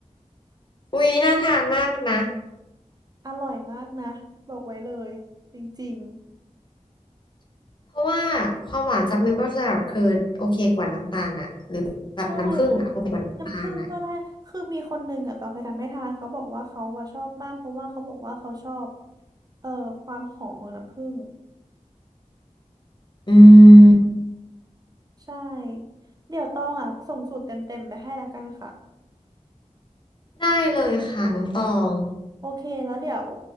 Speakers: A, on the left (about 40°); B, on the right (about 30°).
A: อุ๊ยน่าทานมากนะ
B: อร่อยมากนะบอกไว้เลยจริง
A: เพราะว่าความหวานจากเมเปิลไซรัปคือโอเคกว่าน้ำตาลอะหรือแบบน้ำผึ้งอะโอเคกว่าน้ำตาลอะ
B: ๆใช่น้ำผึ้งก็ได้คือมีคนหนึ่งอ่ะตองเคยทำให้ทานเขาบอกว่าเขาอะชอบมากเพราะว่าเขาบอกว่าเขาชอบเอ่อความหอมของน้ำผึ้ง
A: อืม
B: ใช่เดี๋ยวตองอ่ะส่งสูตรเต็มๆไปให้แล้วกันค่ะ
A: ได้เลยค่ะน้องตอง
B: โอเค แล้วเดี๋ยว